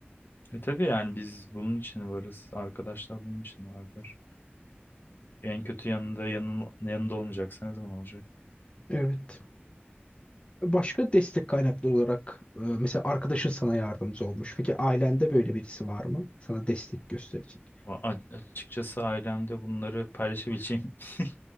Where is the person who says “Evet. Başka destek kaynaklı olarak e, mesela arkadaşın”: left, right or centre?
Left